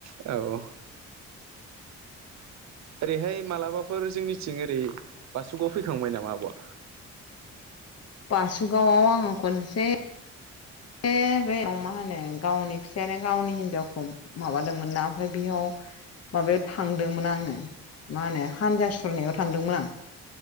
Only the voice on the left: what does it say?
बासुगावआव आङो खनसे से बे अ मा होनो गावनि फिसायानो गावनि हिनजावखौ माबादोंमोन ना ओमफ्राय बेयाव माबायाव थांदोंमोन आङो मा होनो हानजा सुरनायाव थांदोंमोन आं